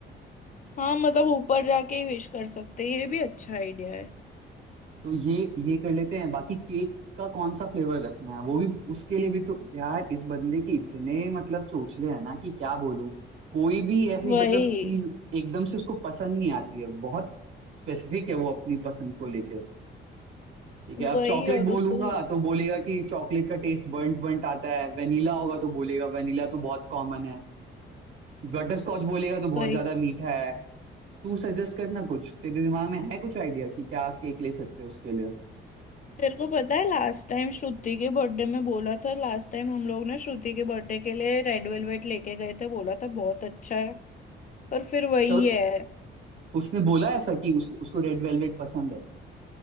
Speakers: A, on the left; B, on the right.
A: हाँ मतलब ऊपर जाके ही विश कर सकते हैं ये भी अच्छा आइडिया है
B: तो ये ये कर लेते हैं बाकी केक का कौन सा फ्लेवर रखना है वो भी उसके लिए भी तो यार इस बंदे के इतने मतलब चोचले हैं ना कि क्या बोलूं कोई भी ऐसी
A: वही
B: मतलब चीज एकदम से उसको पसंद नहीं आती है बहुत स्पेसिफिक है वो अपनी पसंद को लेके ठीक है अब
A: वही
B: चॉकलेट
A: और
B: बोलूंगा
A: उसको
B: तो बोलेगा कि चॉकलेट का टेस्ट बर्nt बर्nt आता है वेनिला होगा तो बोलेगा वेनिला तो बहुत कॉमन है बटर स्कॉच बोलेगा तो बहुत
A: वही
B: ज्यादा मीठा है तू सजेस्ट करना कुछ तेरे दिमाग में है कुछ आइडिया कि क्या केक ले सकते हैं उसके लिए
A: तेरे को पता है लास्ट टाइम श्रुति के बर्थडे में बोला था लास्ट टाइम हम लोग ना श्रुति के बर्थडे के लिए रेड वेलवेट लेके गए थे बोला था बहुत अच्छा है पर फिर वही
B: तो
A: है
B: उसने बोला ऐसा कि उस, उसको रेड वेलवेट पसंद है